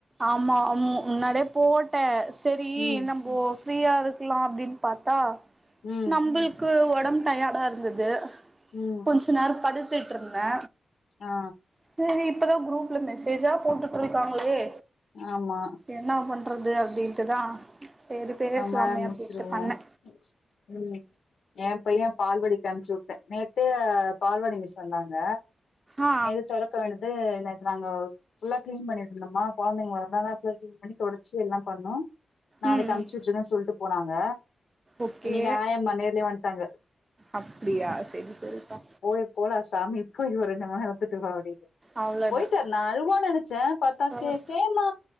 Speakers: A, on the right (about 25°); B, on the left (about 80°).
A: ஆமா அமு முன்னாலே போட்டே சரி
B: ம்
A: இன்ன போ ஃப்ரீயா இருக்கலா அப்டின் பாத்தா
B: ம்
A: நம்புளுக்கு ஒடம்பு டயடா இருந்தது
B: ம்
A: கொஞ்ச நேர படுத்துட்டுருந்தே
B: ஆ
A: செரி இப்பதா குரூப்ல மெசேஜா போட்டுட்டு இருக்காங்களே
B: ஆமா
A: என்னா பண்றது அப்டின்ட்டுதா செரி பேசலாமே
B: நம்ம முடிச்சிருவோம்
A: அப்டின்ட்டு பண்ணே
B: ம் எ பைய பால்வாடிக் அனுப்ச்சு விட்டே நேத்தே பால்வாடி மிஸ் வந்தாங்க
A: ஆ
B: எது தொறக்க வேண்டது நேத்து நாங்கோ ஃபுல்லா கிளீன் பண்ணிடந்தணுமா குழந்தைங்க வரளன் பண்ணி தொடச்சு எல்லாம் பண்ணோ
A: ம்
B: சம்ச்சு
A: ம்
B: உட்ருங்கன் சொல்ட்டு போனாங்க
A: ஓகே
B: இன்னைங்க ஆயம்மா நேர்லயே வன்ட்டாங்க
A: அப்டியா செரி செரிப்பா
B: ஓய் போடா சாமி போ வர <unintelligible> ந்துட்டு வாடி
A: அவ்ளோதா
B: போயிட்டேரு நா அழுவா நனசே பத்தா
A: ஆ
B: சேச்சே ம்மா